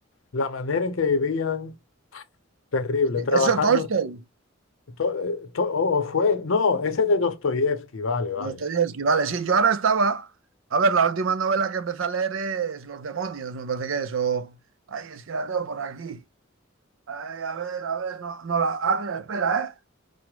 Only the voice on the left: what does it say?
la manera en que vivían terrible,
trabajando.
to- eh, to- o o fue, no, ese es de Dostoyevsky, vale, vale.